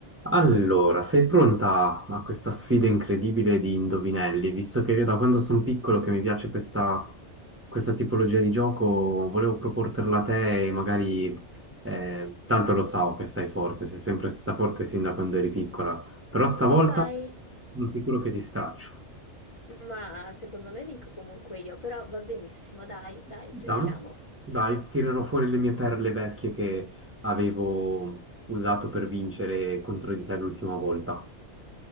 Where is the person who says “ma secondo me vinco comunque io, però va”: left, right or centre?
Left